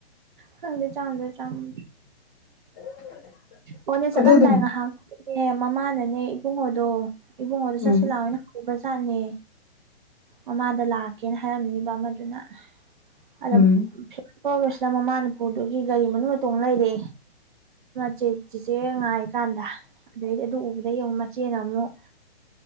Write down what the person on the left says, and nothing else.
<inaudible>
ꯑꯗꯨ ꯑꯗꯨꯝ
ꯎꯝ
ꯎꯝ